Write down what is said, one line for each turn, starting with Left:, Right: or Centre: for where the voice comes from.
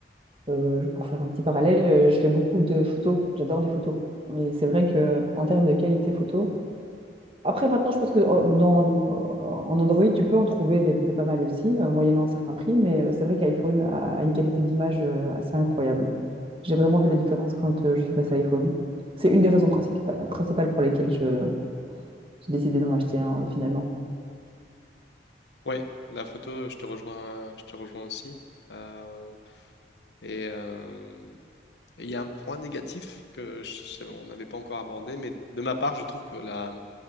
Right: euh, pour faire un petit parallèle, euh, je fais beaucoup de photos. J'adore les photos. Et c'est vrai que en termes de qualité photo, après maintenant, je pense que euh, dans, en Android, tu peux en trouver des, des pas mal aussi, euh, moyennant un certain prix, mais euh, c'est vrai qu'iPhone a, a une qualité d'image euh, assez incroyable. J'ai vraiment vu la différence quand euh, je suis passée à iPhone. C'est une des raisons principales, principales pour lesquelles je, j'ai décidé d'en acheter un euh, finalement.
Left: oui, la photo, je te rejoins, je te rejoins aussi. Euh, Et euh, et il y a un point négatif que je- je- on n'avait pas encore abordé, mais de ma part, je trouve que la,